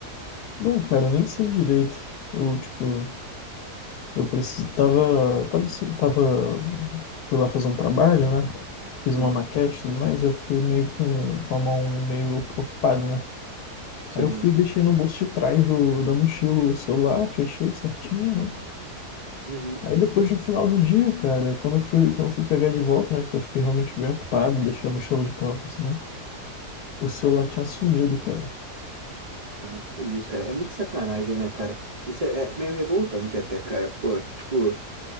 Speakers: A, on the left; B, on the right.
A: Bom, cara, eu nem sei direito. Eu, tipo, eu preciso... Tava... Tava... Tava... Fui lá fazer um trabalho, né? Fiz
B: Uhum.
A: uma maquete e tudo mais, eu fiquei meio com, com a mão meio ocupada, né?
B: Seis.
A: Aí eu fui e deixei no bolso de trás do... da mochila o celular, fechei certinho, né?
B: Uhum.
A: Aí depois, no final do dia, cara, quando eu fui, quando eu fui pegar de volta, né, que eu fiquei realmente bem ocupado, deixei a mochila de canto, assim, o celular tinha sumido, cara.
B: Ah, que isso, cara. É muito sacanagem, né, cara? Isso é, é meio revoltante até, cara. Pô, tipo,